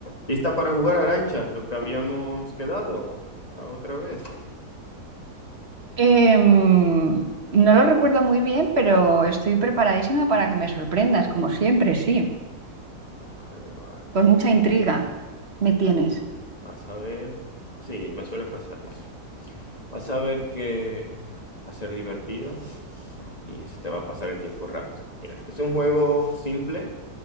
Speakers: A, on the left (about 25°); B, on the right (about 40°).
A: ¿Lista para jugar, Arancha? Lo que habíamos quedado la otra vez.
B: Em, no lo recuerdo muy bien, pero estoy preparadísima para que me sorprendas, como siempre, sí.
A: Vale, vale.
B: Con mucha intriga me tienes.
A: Vas a ver. Sí, me suele pasar eso. Vas a ver que va a ser divertido y se te va a pasar el tiempo rápido. Mira, es un juego simple